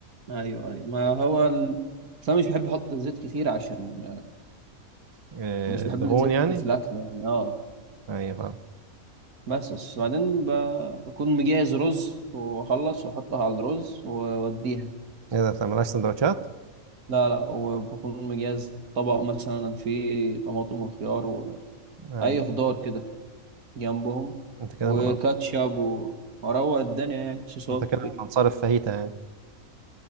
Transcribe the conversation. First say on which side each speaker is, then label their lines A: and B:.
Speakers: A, on the right (about 85°); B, on the right (about 30°).
A: ايوه ايوه ما هو ال... بس انا مش بحب احط زيت كتير عشان
B: إيه،
A: مش بحب
B: الدهون
A: الزيت
B: يعني
A: كتير في الاكل يعني اه
B: ايوه فعلا
A: بس بس بعدين ب- بكون مجهز رز واخلص واحطها على الرز واوديها
B: ايه ده ما بتعملهاش سندوتشات
A: لا لا وبكون مجهز طبق مثلا فيه طماطم وخيار واي
B: ايوه
A: خضار كده جنبهم
B: انت كده
A: وكاتشب
B: من
A: و- واروق الدنيا يعني صوصات
B: انت كده
A: وكده
B: من انصار الفاهيتا يعني